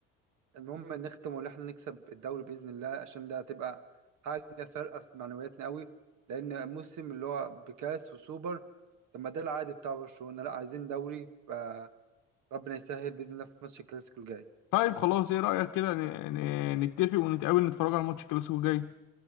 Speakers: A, on the right (about 60°); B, on the left (about 70°).
A: المهم نختم وان احنا نكسب الدوري باذن الله عشان ده هتبقى حاجه فارقه في معنوياتنا قوي لان موسم اللي هو بكاس وسوبر طب ما ده العادي بتاع برشلونه لا عايزين دوري فربنا يسهل باذن الله في ماتش الكلاسيكو الجاي
B: طيب خلاص ايه رأيك كده ن- ن- نتفق ونتقابل نتفرج على ماتش الكلاسيكو الجاي